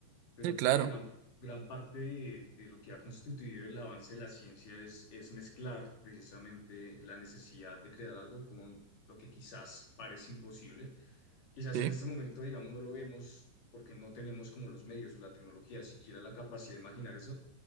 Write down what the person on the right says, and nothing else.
Sí,
claro,
sí,